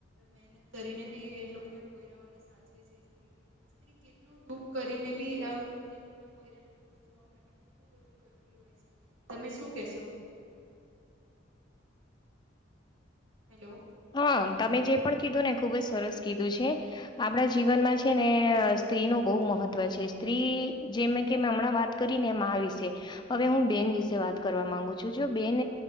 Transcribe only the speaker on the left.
હા તમે જે પણ કીધું ને ખુબ જ સરસ કીધું છે આપણા જીવનમાં છે ને સ્ત્રી ન બહુ મહત્વ છે સ્ત્રી જેમ કે હમણાં વાત કરી ને એમ આ વિશે હવે હું બેન વિ વાત કરવા માંગુ છું જો બેન